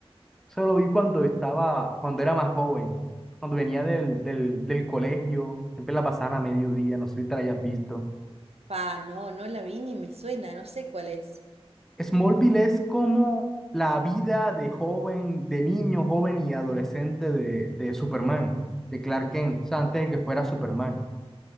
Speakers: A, in the centre; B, on the right (about 80°).
A: Solo lo vi cuando estaba, cuando era más joven, cuando venía del, del, del colegio, siempre la pasaban a mediodía, no sé si te la hayas visto.
B: Pa, no, no la vi ni me suena, no sé cuál es.
A: Smallville es como la vida de joven, de niño, joven y adolescente de, de Superman, de Clark Kent, o sea, antes de que fuera Superman.